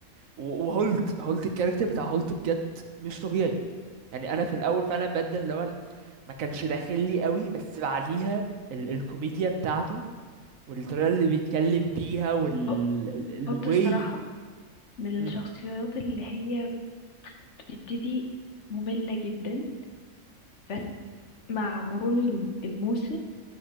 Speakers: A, on the right (about 70°); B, on the left (about 60°).
A: و- وهولت هولت الكاركتر بتاع هولت بجد مش طبيعي يعني انا في الاول فعلا بدل اللي هو ما كانش داخل لي قوي بس بعديها ال الكوميديا بتاعته والطريقة اللي بيتكلم بيها وال
B: <laughs>
A: ال- الواي
B: قلت الصراحة من
A: مم.
B: الشخصيات اللي هي بتبتدي مملة جدا بس مع مرور الم- الموسم